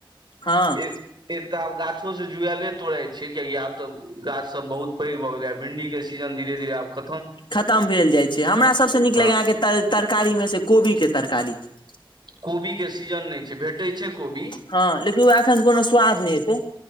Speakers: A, on the left (about 60°); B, on the right (about 55°).
A: हँ
B: एक एक तऽ आब गाछो से जुएले तोड़े छै कियाकि आब तऽ गाछ सब बहुत पैघ भऽ गेले भिंडी के सीजन धीेरे धीेरे आब ख
A: खतम भेल जाइत छै हमरा सभसँ नीक लगैए
B: आ
A: अहाँके तरकारीमे से कोबीके तरकारी छै
B: कोबीक के सीजन नहि छै भेटैत छै कोबी
A: हँ लेकिन ओ एखन कोनो स्वाद नहि हेतै